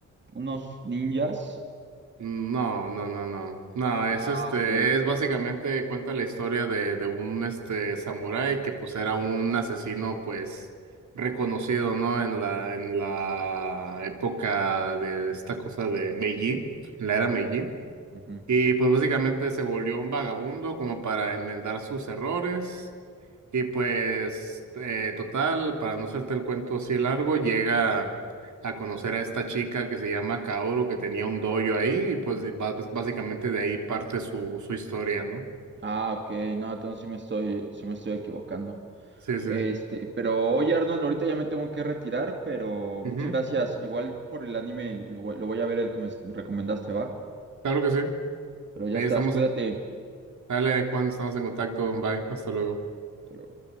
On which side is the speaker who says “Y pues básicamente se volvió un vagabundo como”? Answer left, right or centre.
Right